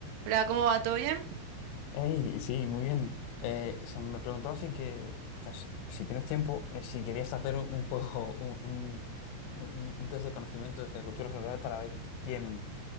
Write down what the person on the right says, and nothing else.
Hola, ¿cómo va? ¿Todo bien?